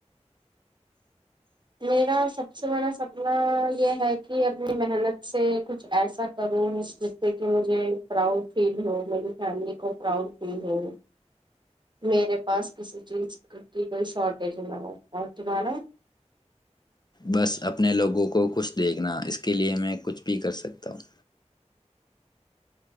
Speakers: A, on the right; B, on the left.
A: میرا سب سے بڑا سپنا یہ ہے کہ اپنی محنت سے کچھ ایسا کروں جس سے کہ مجھے پراؤڈ فیل ہو میری فیملی کو پراؤڈ فیل ہو میرے پاس کسی چیز کی کوئی شارٹیج نہ ہو اور تمہارا
B: بس اپنے لوگوں کو خوھ دیکھنا اس کے لیئے میں کچھ بھی کر سکتا ہوں